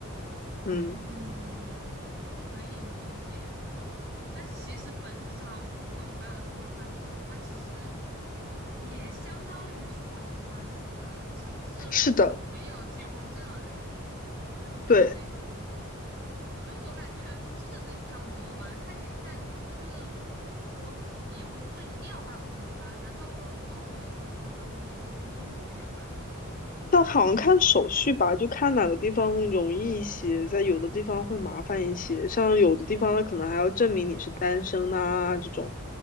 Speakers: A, on the left; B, on the right.
A: 嗯，
B: 嗯，可以理解吧？但其实本质上，就如果你办了 civil partnership，它其实也相当于是婚姻关系吧，只是说没有结婚证而已。
A: 是的，
B: 但是会有那个，
A: 对。
B: 就是，所以我感觉 <laughs> 这差不多嘛。看你看，就是如果说也不是说一定要办婚礼吧？难道说德国也是一定要办婚礼吗？还是英国一定要办？
A: 但好像看手续吧，就看哪个地方容易一些，在有的地方会麻烦一些。像有的地方，它可能还要证明你是单身呐、这种。